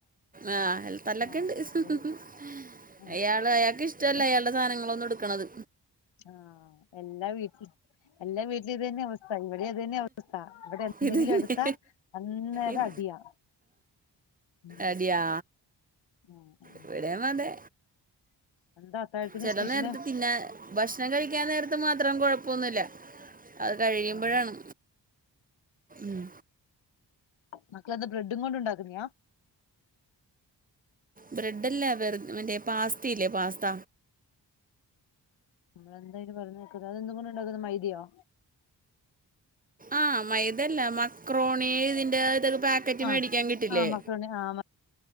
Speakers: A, on the right (about 20°); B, on the left (about 85°).
A: ആഹ് അൽ തല്ലൊക്കെ
B: ആഹ്
A: ഉണ്ട്
B: ഇവിടെ ആഹ്
A: അയാള് അയാൾക്ക് ഇഷ്ടല്ലാ
B: ഇവിടെ
A: അയാൾടെ സാധങ്ങളൊന്നും എടുക്കണത്
B: ആഹ് എല്ലാ വീട്ടിൽ എല്ലാ വീട്ടിലും ഇതന്നെ അവസ്ഥ ഇവിടെയും അതന്നെ അവസ്ഥ ഇവിടെ എന്തെങ്കിലും
A: ഇത് തന്നെ.
B: എടുത്താ അന്നേരം
A: ഇത്
B: അടിയാ ഉം
A: അടിയാ
B: ആഹ് ആഹ്
A: ഇവിടെയും മതെ
B: എന്താ അത്താഴത്തിന്
A: ചെല
B: സ്പെഷ്യല്
A: നേരത്ത് പിന്നെ ഭക്ഷണം കഴിക്കാൻ നേരത്ത് മാത്രം കുഴപ്പൊന്നുയില്ല അത് കഴിയുമ്പഴാണ്
B: ഉം
A: ഉം
B: മക്കളന്താ ബ്രെഡും കൊണ്ട് ഉണ്ടാക്കുന്നയാ
A: ബ്രെഡല്ലാ വെറു മറ്റേ പാസ്തയില്ലേ പാസ്ത
B: നമ്മൾ എന്താ അതിന് പറയുന്ന കേക്കുന്നത് അതെന്തുക്കൊണ്ട് ഉണ്ടാക്കുന്നെ മൈദയോ
A: ആഹ് മൈദയല്ല മക്രോണി ഇതിന്റെ ഇതൊക്കെ പാ ക്കറ്റ്
B: ആഹ്
A: മേടിക്കാൻ കിട്ടില്ലേ
B: ആഹ് മക്കളുണ്ട് ആഹ്